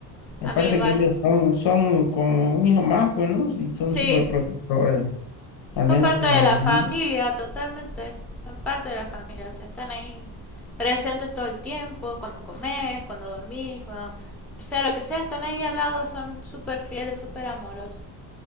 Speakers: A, on the left; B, in the centre.
A: Aparte
B: A mí igual.
A: que ellos son, son como un hijo más, pues, ¿no? Y son
B: Sí,
A: súper protectores, al
B: son
A: menos
B: parte
A: con
B: de la
A: los
B: familia,
A: niños.
B: totalmente. Son parte de la familia. O sea, están ahí presentes todo el tiempo, cuando comes, cuando dormís, cuando... Sea lo que sea, están ahí al lado, son súper fieles, súper amorosos.